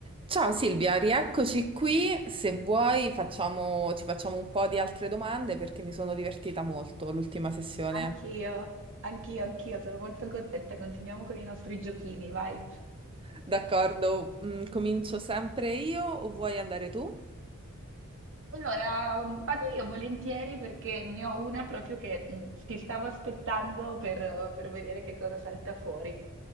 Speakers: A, on the right (about 25°); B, on the right (about 60°).
A: Ciao Silvia, rieccoci qui. Se vuoi facciamo- ci facciamo un po' di altre domande perché mi sono divertita molto l'ultima sessione.
B: Anch'io, anch'io, anch'io, sono molto contenta. Continuiamo con i nostri giochini, vai.
A: D'accordo, mm, comincio sempre io o vuoi andare tu?
B: Allora, mm, vado io volentieri perché ne ho una proprio che mm, ti stavo aspettando per, uhm, per vedere che cosa salta fuori.